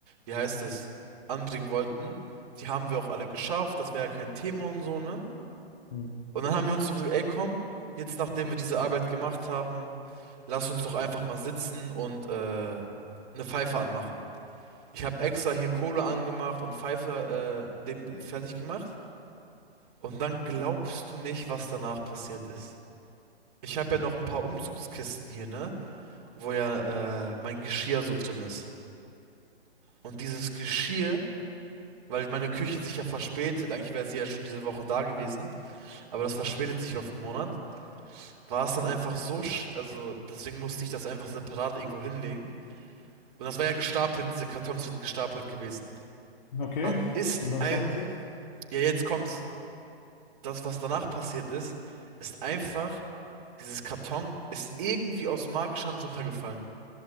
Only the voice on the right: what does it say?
wie heißt es, anbringen wollten. Die haben wir auch alle geschafft, das wäre ja kein Thema und so, ne?
Und dann haben wir uns so gesagt, ey, komm, jetzt nachdem wir diese Arbeit gemacht haben, lass uns doch einfach mal sitzen und äh, eine Pfeife anmachen. Ich habe extra hier Kohle angemacht und Pfeife äh, dem fertig gemacht. Und dann glaubst du nicht, was danach passiert ist. Ich habe ja noch ein paar Umzugskisten hier, ne? Wo ja äh, mein Geschirr so drin ist. Und dieses Geschirr, weil meine Küche sich ja verspätet, eigentlich wäre sie ja schon diese Woche da gewesen, aber das verspätet sich auf einen Monat. war es dann einfach so, sch- also deswegen musste ich das einfach separat irgendwo hinlegen. Und das war ja gestapelt, diese Kartons sind gestapelt gewesen.
Und dann ist
ein,
ja jetzt kommt's, das, was danach passiert ist, ist einfach, dieses Karton ist irgendwie aus magischer Hand runtergefallen.